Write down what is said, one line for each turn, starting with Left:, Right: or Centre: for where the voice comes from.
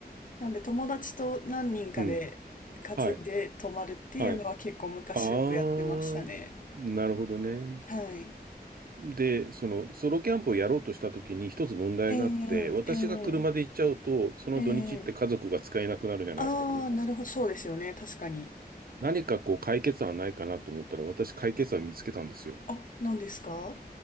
Left: なんで友達と何人かで担いで泊まるっていうのは結構昔よくやってましたね。
Right: うん。はい。はい。あー、なるほどね。
Left: はい。
Right: で、その、ソロキャンプをやろうとしたときに一つ問題があって、
Left: ええええ
Right: 私が車で行っちゃうと、その土日って家族が使えなくなるじゃないですか、
Left: ええああー、
Right: 車。
Left: なるほど、そうですよね、確かに。
Right: 何かこう解決案ないかなと思ったら、私解決案見つけたんですよ。
Left: あ、何ですか